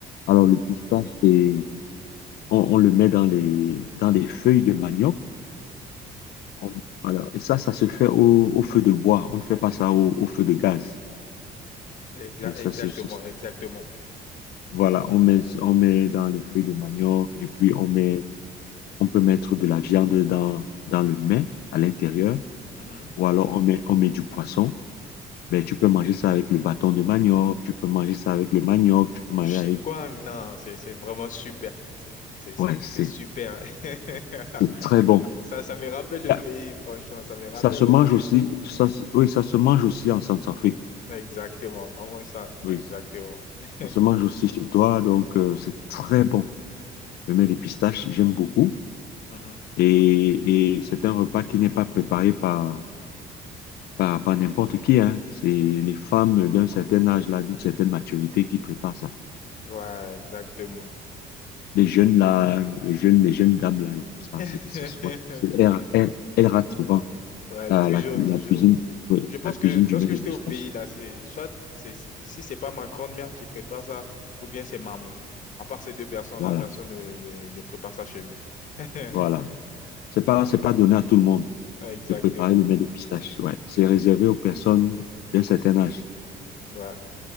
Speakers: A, on the left (about 70°); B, on the left (about 50°).
A: Alors, le pistache, c'est on, on le met dans les, dans les feuilles de manioc. On- voilà. Et ça, ça se fait au, au feu de bois. On ne fait pas ça au, au feu de gaz.
B: Exa-
A: Oui,
B: exactement,
A: ça, c'est- c'est-
B: exactement.
A: voilà, on met, on met dans les feuilles de manioc et puis on met, on peut mettre de la viande dans, dans le mets à l'intérieur
B: Mhm.
A: ou alors on met, on met du poisson. Ben, tu peux manger ça avec le bâton de manioc, tu peux manger ça avec le manioc, tu peux
B: Du
A: manger
B: Qigong,
A: avec...
B: non, c'est c'est vraiment super. C'est c'est- c'est-
A: Ouais, c'est
B: c'est super. <laughs>
A: c'est très bon.
B: Ça, ça me rappelle le
A: Là,
B: pays, franchement. Ça me rappelle
A: Ça se
B: beaucoup
A: mange
B: de
A: aussi,
B: choses.
A: ça, se- oui, ça se mange aussi en Centrafrique.
B: Exactement, vraiment ça.
A: Oui,
B: Exactement. <laughs>
A: Ça se mange aussi chez toi, donc euh, c'est très bon. Le miel de pistache, j'aime beaucoup.
B: Mhm.
A: Et, et c'est un repas qui n'est pas préparé par, par, par n'importe qui, hein. C'est les femmes d'un certain âge, là, d'une certaine maturité qui préparent ça.
B: Ouais, exactement.
A: Les jeunes, là, les jeunes, les jeunes dames, là, et tout
B: <laughs>
A: ça, c'est, c'est souvent- c'est- elles, elles- elles ratent souvent
B: Ouais,
A: la,
B: toujours,
A: la, cu-
B: toujours.
A: la cuisine, oui,
B: Je pense
A: la cuisine
B: que
A: du
B: lorsque
A: miel de
B: j'étais
A: pistache.
B: au pays, là, c'est soit c'est, c'est- si c'est pas ma grand-mère qui prépare ça, ou bien c'est maman. À part ces deux personnes,
A: Voilà,
B: la personne ne, ne, ne prépare ça chez nous. <laughs>
A: voilà. C'est pas, c'est pas donné à tout le monde
B: Ouais, Exactement.
A: de préparer le miel de pistache, ouais. C'est réservé aux personnes d'un certain âge.
B: Ouais.